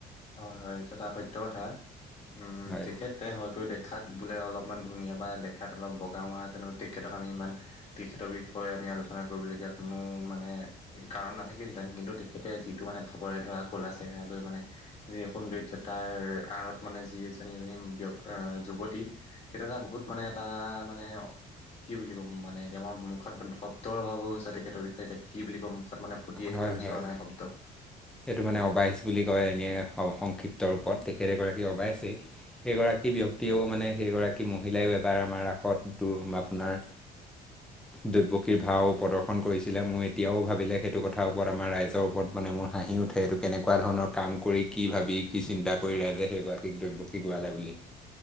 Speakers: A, on the left; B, in the centre.
A: হয়-হয় সেইটো এটা সত্য তো কথা উম,
B: হয়।
A: তেখেতে হয়তো দেখাত বোলে অলপমান ধুনীয়া বা দে খাত অলপ বগা মৰাজনো তেখেতক আমি ইমান তেখেতৰ বিষয়ে আমি আলোচনা কৰিবলগীয়াত কোনো মানে কাৰণ নাথাকিলহেঁতেন কিন্তু তেখেতে যিটো মানে ফাপৰে ধৰা কলা চেহেৰা লৈ মানে যি সৌন্দৰ্যতাৰ আৰত মানে যি এজনী-এজনী ব্যক আ যুৱতী সেইটো এটা বহুত মানে এটা মানে কি বুলি কম, মানে এতিয়ামত মুখত ভত তৰ অভাৱো গৈছে তেখেতৰ বিষয়ে এতিয়া কি বুলি কম, মুখত মানে ফুতি আহিবলৈ
B: হয়
A: বিচৰা
B: হয়
A: নাই শব্দ।
B: এইটো মানে অবাইচ বুলি কয় এনেই সংক্ষিপ্ত ৰূপত তেখেত এগৰাকী অবাইচেই সেইগৰাকী ব্যক্তিয়েও মানে সেইগৰাকী মহিলাইয়ো এবাৰ আমাৰ ৰাসত তোৰ ম আপোনাৰ দৈব্য ভাও প্ৰদৰ্শন কৰিছিলে মোৰ এতিয়াও ভাবিলে সেইটো কথাৰ ওপৰত আমাৰ ৰাইজৰ ওপৰত মানে মোৰ হাঁহি ও ঠে সেইটো কেনেকুৱা ধৰণৰ কাম কৰি কি ভাবি কি চিন্তা কৰি ৰাইজে সেইগৰাকীক দ্ৰব্যক কি গোৱালে বুলি